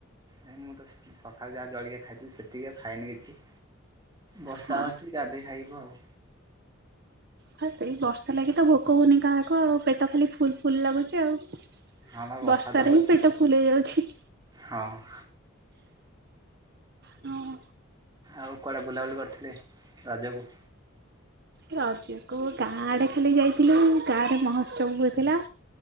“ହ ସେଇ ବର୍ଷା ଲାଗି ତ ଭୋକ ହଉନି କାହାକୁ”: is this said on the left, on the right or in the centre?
Right